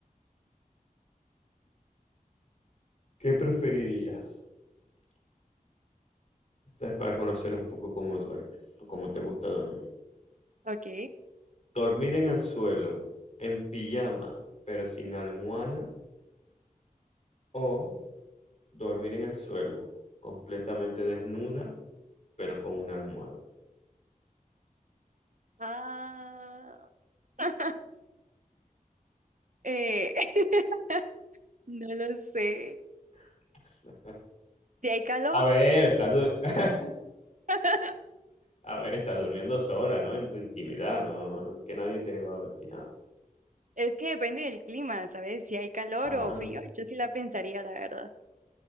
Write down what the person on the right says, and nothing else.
Ok.
Ah. <laughs> eh, <laughs> No lo sé.
Si hay calor.
<laughs>
Es que depende del clima, ¿sabes? Si hay calor
o frío, yo sí la pensaría, la verdad.